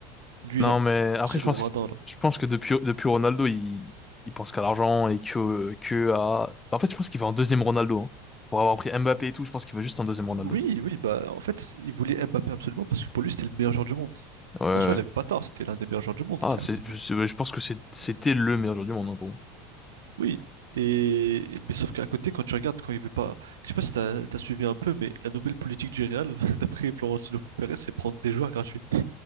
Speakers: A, on the right; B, on the left.
A: Lui,
B: Non,
A: là.
B: mais après,
A: Ce
B: je
A: gros
B: pense
A: radin,
B: que,
A: là.
B: je pense que depuis, depuis Ronaldo, il, il pense qu'à l'argent et que, que à. En fait, je pense qu'il veut un deuxième Ronaldo. hein. Pour avoir pris Mbappé et tout, je pense qu'il veut juste un deuxième Ronaldo.
A: Oui, oui, bah, en fait, il voulait Mbappé absolument parce que pour lui, c'était le meilleur joueur du monde.
B: Ouais. ouais.
A: En soi, il avait pas tort, c'était l'un des meilleurs joueurs du monde,
B: Ah,
A: certes.
B: c'est,
A: mais-
B: c'est- ouais, je pense que c'est- c'était le meilleur joueur du monde, hein, pour moi.
A: Oui. Et... Mais sauf qu'à côté, quand tu regardes, quand il veut pas. Je sais pas si t'as as suivi un peu, mais la nouvelle politique du Real, <laughs> d'après Florentino Pérez, c'est prendre des joueurs gratuits.